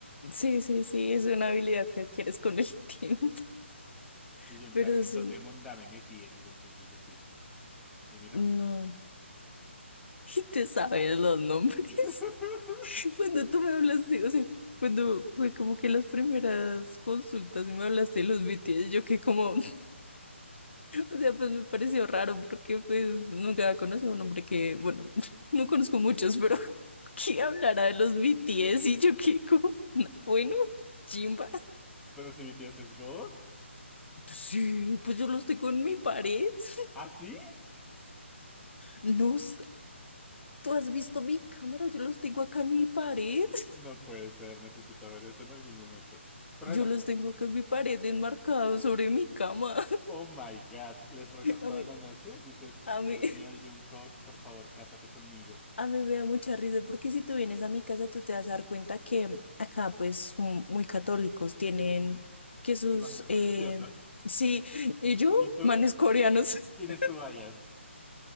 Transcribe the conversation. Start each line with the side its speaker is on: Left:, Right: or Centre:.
Left: Sí, sí, sí, es una habilidad que adquieres con el tiempo, <laughs>
Centre: Y yo en
Left: pero
Centre: plan, ¿en
Left: sí,
Centre: dónde monda me metí en ese entonces decía? Y mírame.
Left: no. <laughs> Y te sabes los nombres.
Centre: <laughs>
Left: Cuando tú me hablaste, o sea, cuando fue como que las primeras consultas y me hablaste de los BTS, yo que como, <laughs> o sea, pues me pareció raro porque pues nunca conocí a un hombre que, bueno, <laughs> no conozco muchos, pero <laughs> que hablara de los BTS y yo que como, "No, bueno, chimba.
Centre: Pero si BTS es God.
Left: Sí, pues yo los tengo en mi pared. <laughs>
Centre: ¿Ah, sí?
Left: No, sé, tú has visto mi cámara, yo los tengo acá en mi pared.
Centre: No puede ser, necesito ver eso en algún momento. Pero
Left: Yo
Centre: bueno,
Left: los tengo acá en mi pared enmarcados sobre mi cama.
Centre: oh my God, les rezas
Left: <laughs>
Centre: toda
Left: A mí,
Centre: la noche. Dices,
Left: a
Centre: Dios
Left: mí.
Centre: mío, Jungkook, por favor, cásate conmigo.
Left: A mí me da mucha risa porque si tú vienes a mi casa, tú te vas a dar cuenta que acá, pues, mu- muy católicos tienen
Centre: Ujú.
Left: que sus,
Centre: Imágenes religiosas.
Left: eh, sí, <laughs> y
Centre: <laughs>
Left: yo,
Centre: ¿Y tú?
Left: manes coreanos,
Centre: ¿Quién
Left: <laughs>
Centre: es tu bias?